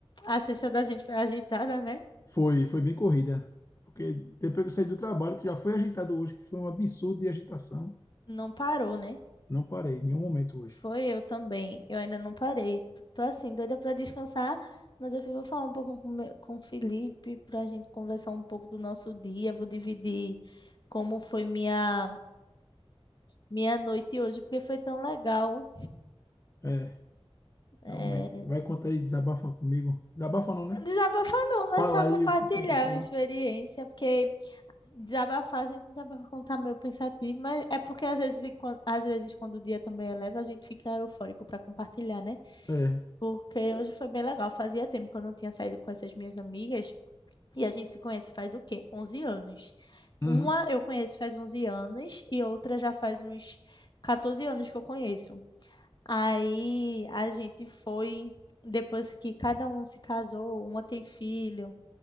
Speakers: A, on the left; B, on the left.
A: A sexta da gente foi agitada, né?
B: Foi, foi bem corrida, porque depois que eu saí do trabalho, que já foi agitado hoje, que foi um absurdo de agitação,
A: Não parou, né?
B: não parei em nenhum momento hoje.
A: Foi eu também. Eu ainda não parei. T- Tô assim, doida pra descansar, mas eu fui- vou falar um pouco com, o meu- com o Felipe pra gente conversar um pouco do nosso dia. Vou dividir como foi minha. minha noite hoje, porque foi tão legal.
B: É,
A: É,
B: realmente. Vai contar aí, desabafa comigo. Desabafa não, né?
A: Desabafar não, né?
B: Fala
A: Só
B: aí
A: compartilhar
B: o que tem para falar.
A: a experiência, porque desabafar, a gente desabafa quando tá meio pensativo, mas é porque às vezes, e quan- às vezes quando o dia também é leve, a gente fica eufórico para compartilhar, né?
B: É.
A: Porque hoje foi bem legal, fazia tempo que eu não tinha saído com essas minhas amigas, e a gente se conhece faz o quê? onze anos. Uma
B: Uhum,
A: eu conheço faz 11 anos, e outra já faz uns 14 anos que eu conheço. Aí a gente foi, depois que cada um se casou, uma tem filho,